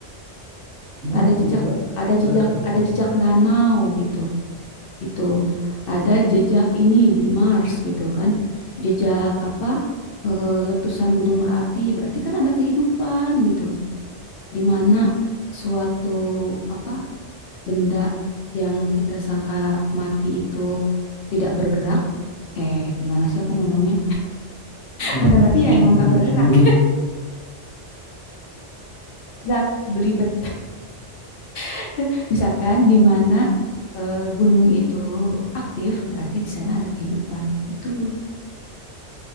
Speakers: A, on the right; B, on the left.
A: Emang
B: ada jejak,
A: di bulan
B: ada jejak,
A: ada kehidupan?
B: ada jejak danau gitu, gitu. Ada jejak ini di Mars gitu kan, jejak apa? eh, letusan gunung berapi. Berarti kan ada kehidupan gitu, di mana suatu apa benda yang kita sangka mati itu tidak bergerak. Eh, gimana sih aku ngomongnya?
A: Mana
B: Benda mati
A: Tilly
B: ya emang
A: jadi
B: gak bergerak.
A: bingung.
B: <laughs> Gak beli bet <laughs> Misalkan di mana eh, gunung itu aktif, berarti di sana ada kehidupan. Itu.